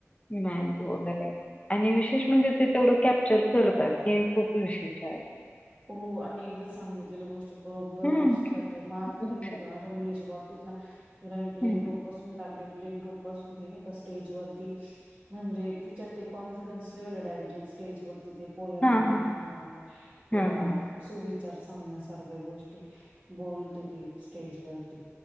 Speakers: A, on the left; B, on the right.
A: मॅंक वगैरे आणि विशेष म्हणजे ते तेवढं कॅप्चर करतात हे खूप विशेषय.
B: हो आणि एकदा सांगितलेली गोष्ट बरोबर
A: हम्म.
B: लक्षात राहते, मा मी
A: लक्षात.
B: म्हणजे माझ्या मुलीच्या बाबतीत ना तिला मी प्ले
A: हम्म.
B: ग्रुप पासून टाकलय. प्ले ग्रुप पासून ती नाय का स्टेज वरती म्हणजे तिच्यात ते कॉन्फिडन्स लेवल डायरेक्टली स्टेजवरती ते पोयम
A: हा,
B: वैगरे
A: हा.
B: म्हणणं किंवा
A: हा, हा.
B: सुविचार सांगण्यासारख्या गोष्टी बोलते ती स्टेज वरती.